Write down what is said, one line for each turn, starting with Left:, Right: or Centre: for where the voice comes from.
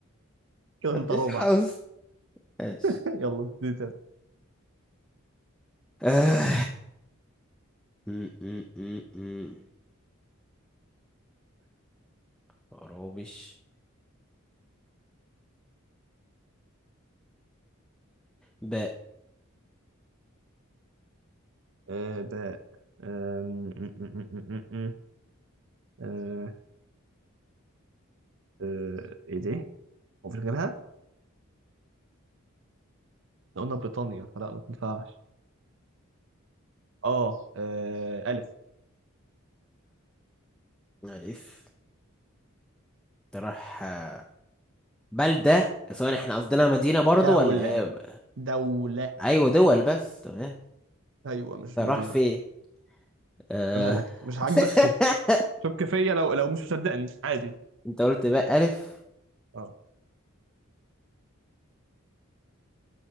Right: <laughs> كده انت
Centre: مفيش
Right: ربع
Centre: حظ ماشي
Right: <laughs> يلا ابتدي تاني
Centre: آه. م- م- م- م. خرابش باء
Right: أه. باء أم... أم، أم، أم، أم، أم. أه. أه. ايه دي؟ مفيش غيرها؟ احنا قلنا بريطانيا فلا ما تنفعش اه آه، ألف
Centre: ألف تروح آه، بلدة سواء احنا قصدنا مدينة برضو
Right: دولة
Centre: ولا هي ب-
Right: دولة
Centre: أيوة دول بس تمام
Right: ايوه مش
Centre: تروح
Right: مدينه
Centre: في آه...
Right: أنا لك مش عاجبك شك
Centre: <laughs>
Right: شك فيا لو لو مش مصدقني عادي
Centre: انت قلت بقى ألف
Right: اه